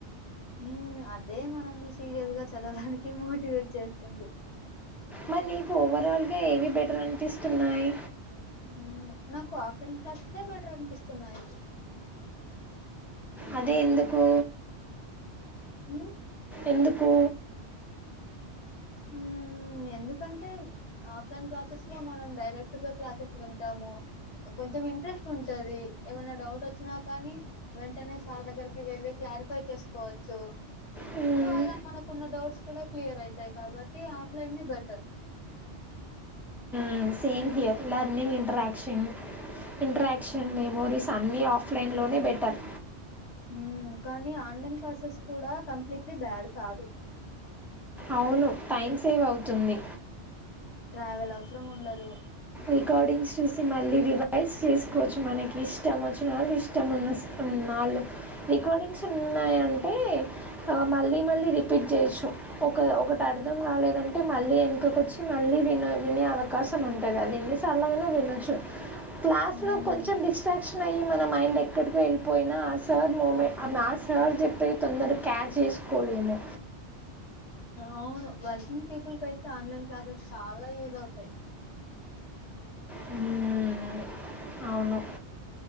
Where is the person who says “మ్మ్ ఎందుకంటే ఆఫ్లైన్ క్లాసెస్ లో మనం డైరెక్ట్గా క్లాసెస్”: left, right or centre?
Left